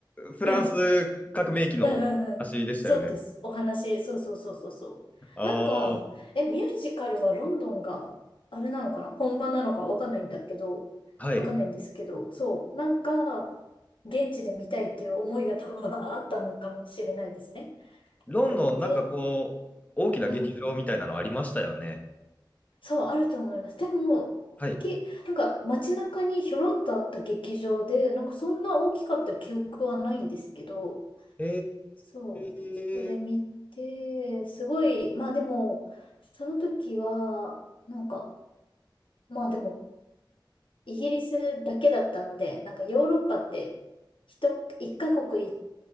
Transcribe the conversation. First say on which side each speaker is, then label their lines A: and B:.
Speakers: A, on the left; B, on the left.
A: フランス革命期の足でしたよね。
B: うん、うんうん。そうです。お話、そうそうそうそうそう。
A: あ
B: なんか、
A: あ、
B: え、ミュージカルはロンドンが、あれなのかな本場なのかわかんないんだけど、
A: はい。
B: わかんないんですけど、そう、なんか、現地で見たいっていう思いが多分あったのかもしれないですね。
A: ロンドン、
B: なんか見て、
A: なんかこう、大きな劇場みたいなのありましたよね。
B: うん。そう、あると思います。でも、大きい、
A: はい。
B: なんか街中にひょろっとあった劇場で、なんかそんな大きかった記憶はないんですけど、
A: え
B: そう、
A: え
B: そこで見て、すごい、まあでも、その時は、なんか、まあでも、イギリスだけだったので、なんかヨーロッパって、一、一カ国